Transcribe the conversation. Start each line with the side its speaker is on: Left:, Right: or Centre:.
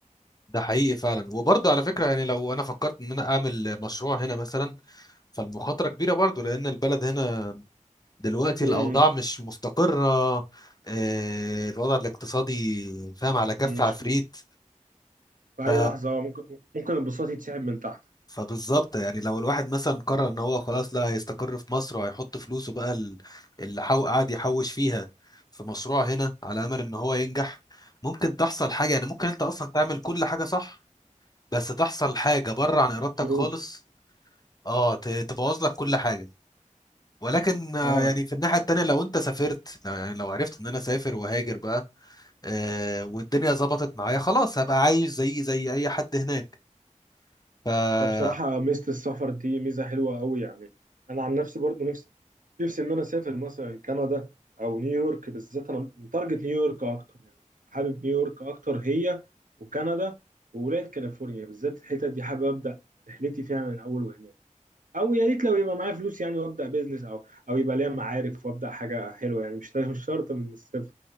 Left: ده حقيقي فعلا وبرضه على فكره يعني لو انا فكرت ان انا اعمل مشروع هنا مثلا فالمخاطره كبيره برضه لان البلد هنا دلوقتي
Right: مم،
Left: الاوضاع مش مستقره آه، الوضع الاقتصادي فاهم على كف
Right: مش
Left: عفريت
Right: في اي
Left: ف
Right: لحظة ممكن ممكن البساط يتسحب من تحت
Left: فبالظبط يعني لو الواحد مثلا قرر ان هو خلاص لا هيستقر في مصر وهيحط فلوسه بقى ال- اللي حو... قاعد يحوش فيها في مشروع هنا على امل ان هو ينجح ممكن تحصل حاجه يعني ممكن انت اصلا تعمل كل حاجه صح بس تحصل حاجه بره عن ارادتك
Right: <coughs> ظروف
Left: خالص اه ت- تبوظ لك كل حاجه ولكن آه،
Right: اه
Left: يعني في الناحيه التانيه لو انت سافرت لو يعني لو عرفت ان انا سافر وهاجر بقى آه والدنيا ظبطت معايا خلاص هبقى عايش زي زي اي حد هناك ف
Right: هي بصراحة ميزة السفر دي ميزة حلوة أوي يعني أنا عن نفسي برضو نفسي نفسي إن أنا أسافر مثلا كندا أو نيويورك بالذات أنا متارجت نيويورك أكتر يعني حابب نيويورك أكتر هي وكندا وولاية كاليفورنيا بالذات الحتت دي حابب أبدأ رحلتي فيها من أول وهناك أو يا ريت لو يبقى معايا فلوس يعني وأبدأ بيزنس أو أو يبقى ليا معارف وأبدأ حاجة حلوة يعني مش مش <laughs> شرط من الصفر